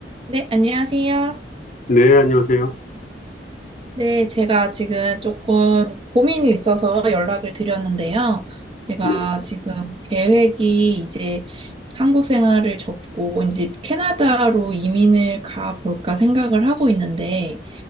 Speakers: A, on the right; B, on the left.
A: 네, 안녕하세요.
B: 네, 안녕하세요.
A: 네, 제가 지금 조금 고민이 있어서 연락을 드렸는데요. 제가
B: 네.
A: 지금 계획이 이제 한국 생활을 접고 이제 캐나다로 이민을 가볼까 생각을 하고 있는데,